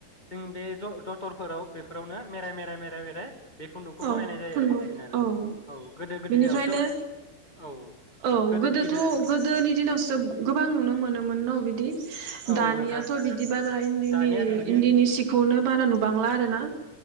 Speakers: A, on the left; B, on the right.
A: जों बे जथरफोराव बेफोरावनो मेराय मेराय मेराय मेराय बे खुन्दुंखौ
B: औ
A: बनायनाय जायो
B: खुन्दुं
A: आरो बांसिनानो
B: औ
A: औ गोदो गोदोनायावसो
B: बिनिफ्रायनो
A: औ
B: औ
A: गोदो
B: गोदोथ
A: गिदिर
B: गोदोनि दिनावसो गोबां नुनो मोनो मोन न बिदि
A: औ
B: दानियाथ
A: नोंथां
B: बिदि बारा इन्दिनि
A: दानिया
B: इन्दिनि सिखौ नो बारा नुबांला आरो ना?